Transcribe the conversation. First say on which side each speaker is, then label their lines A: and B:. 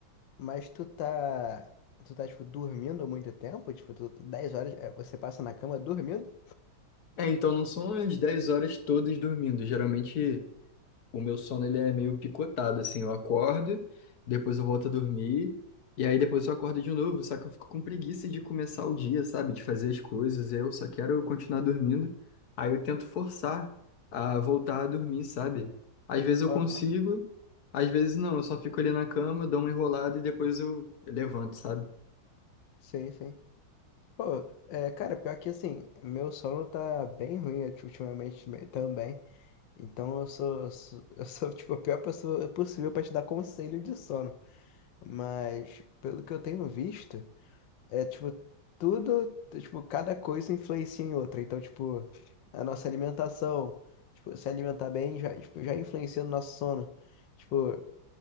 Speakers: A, on the left; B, on the left.
A: Mas tu tá. Tu tá, tipo, dormindo muito tempo? Tipo, tu, 10 horas é, você passa na cama dormindo?
B: É, então não são as 10 horas todas dormindo. Geralmente. o meu sono ele é meio picotado, assim, eu acordo, depois eu volto a dormir, e aí depois eu acordo de novo, só que eu fico com preguiça de começar o dia, sabe? De fazer as coisas, eu só quero continuar dormindo. Aí eu tento forçar a voltar a dormir, sabe? Às vezes eu
A: Aham.
B: consigo, às vezes não, eu só fico ali na cama, dou uma enrolada e depois eu levanto, sabe?
A: Sim, sim. Pô, é, cara, pior que assim, meu sono tá bem ruim ulti- ultimamente me- também. Então eu sou, sou- <laughs> eu sou tipo a pior pessoa possível pra te dar conselho de sono. Mas pelo que eu tenho visto. É tipo, tudo, tipo, cada coisa influencia em outra. Então, tipo, a nossa alimentação, tipo, se alimentar bem já, tipo, já influencia no nosso sono. Tipo,